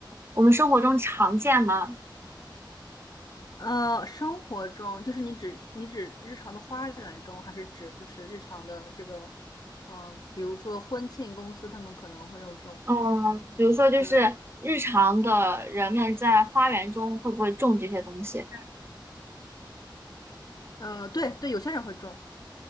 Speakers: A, on the right (about 30°); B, on the left (about 50°).
A: 我们生活中常见吗？
B: 呃，生活中就是你指你指日常的花园中，还是指就是日常的这个，嗯、比如说婚庆公司他们可能会用这种花，
A: 嗯，比如说就是日常的人们在花园中会不会种这些东西？
B: 对，呃，对对，有些人会种。